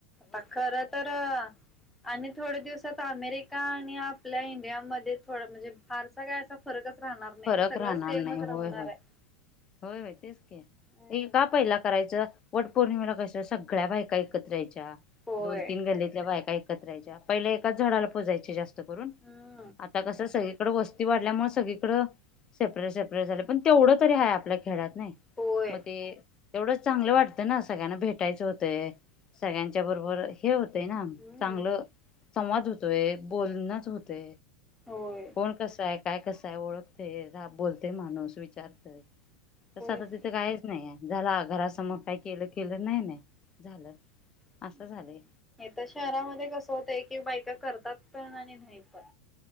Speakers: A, in the centre; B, on the left (about 25°).
A: ता खरं तर आणि थोड्या दिवसात अमेरिका आणि आपल्या इंडियामध्ये थोडं म्हणजे फारसा काय असं फरकच राहणार नाही
B: फरक
A: सगळं
B: राहणार
A: स्टेमच
B: नाही होय
A: रा होणार
B: होय
A: आहे
B: होय होय तेच के
A: हम्म
B: हे का पहिला करायचं वट पौर्णिमेला कश सगळ्या बायका एकऐत्रहायच्या.
A: होय
B: दोन तीन गल्लीतल्या बायका एकत्रहायच्या पहिल्या एकाच झाडाला पोजायचे जास्त करून
A: हम्
B: आता कसं सगळीकडं वस्ती वाढल्यामुळे सगळीकडं सेपरेट सेपरेट झाले पण तेवढं तरी आहे आपल्या खेळात नाही
A: होय
B: मग ते तेवढंच चांगलं वाटतं ना सगळ्यांना भेटायचं होतंय सगळ्यांच्या बरोबर हे होतय ना
A: हम्म
B: चांगलं संवाद होतोय बोलणच होते
A: होय,
B: कोण कस आहे काय कसंय ओळखते रा बोलते माणूस विचारतय तसं
A: होयच
B: आता तिथं
A: की
B: काहीच नाही झाला घरासमोर काय केलं केलं नाही नाही. झालं
A: हम्म
B: असं झालंय
A: हे तर शहरामध्ये कसं होतय की बायका करतात पण आणि नाही पण